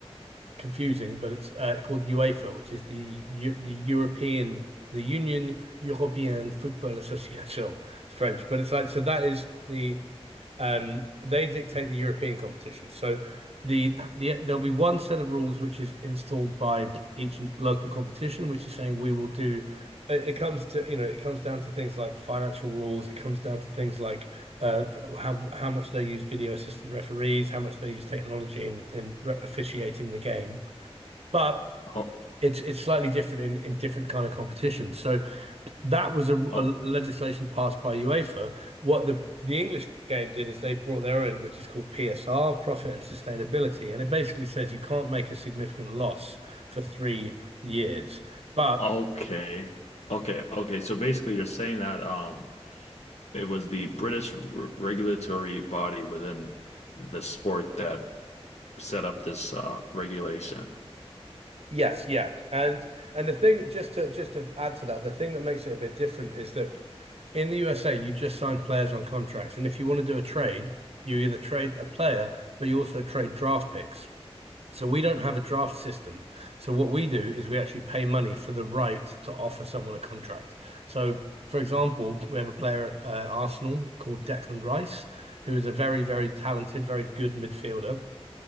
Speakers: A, on the right; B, on the left.
A: confusing, but it's uh, called UEFA, which is the the European the Union Européenne Football Association. <laughs> It's French, but it's like so that is the um, they dictate the European competition. So the the there'll be one set of rules which is installed by each local competition, which is saying we will do. It it comes to, you know, it comes down to things like financial rules. It comes down to things like uh, how how much they use video assistant referees, how much they use technology in in re- officiating the game. But
B: Oh,
A: it's it's slightly different in in different kind of competitions. So that was a, a
B: oh,
A: legislation passed by UEFA. What the the English game did is they brought their own, which is called PSR, profit and sustainability, and it basically says you can't make a significant loss for three years. But
B: okay, okay, okay. So basically, you're saying that um, it was the British r regulatory body within the sport that set up this uh, regulation.
A: yes, yeah, and and the thing just to just to add to that, the thing that makes it a bit different is that in the USA you just sign players on contracts, and if you want to do a trade, you either trade a player, but you also trade draft picks. So we don't have a draft system. So what we do is we actually pay money for the right to offer someone a contract. So, for example, we have a player at uh, Arsenal called Declan Rice, who is a very, very talented, very good midfielder.